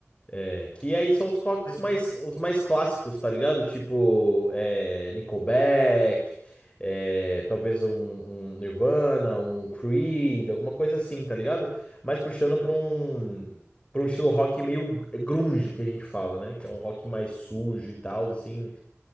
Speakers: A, on the left (about 25°); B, on the left (about 75°).
A: É, Que aí são os rocks
B: É de
A: mais,
B: rock?
A: os mais clássicos, tá ligado? Tipo, é, Nickelback, é, talvez um, um Nirvana, um Creed, alguma coisa assim, tá ligado? Mas puxando pra um, pra um estilo rock meio grunge, que a gente fala, né? Que é um rock mais sujo e tal, assim.